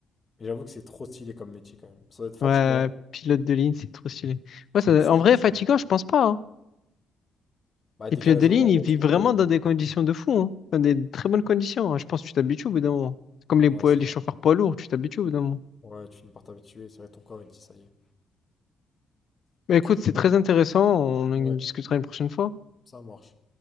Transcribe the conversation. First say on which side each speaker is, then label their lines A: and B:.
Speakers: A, on the left; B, on the left.
A: Mais j'avoue que c'est trop stylé comme métier, quand même. Ça doit être fatigant.
B: Ouais, pilote de ligne, c'est trop stylé. Ouais,
A: Ça
B: ça-
A: doit être super
B: en vrai,
A: fatigant.
B: fatigant, je pense pas. hein.
A: Bah,
B: Les
A: décalage
B: pilotes de ligne,
A: horaire
B: ils
A: et
B: vivent
A: tout.
B: vraiment
A: euh,
B: dans des conditions de fou, hein. Dans des très bonnes conditions. hein. Je pense que tu t'habitues au bout d'un moment. C'est comme les,
A: Ouais,
B: poids-
A: c'est
B: les
A: vrai.
B: chauffeurs poids lourds, tu t'habitues au bout d'un moment.
A: Ouais, tu finis par t'habituer. C'est vrai, ton corps, il dit ça y est. Ok,
B: Mais écoute, c'est très intéressant, on en
A: ouais,
B: discutera une prochaine fois.
A: ça marche.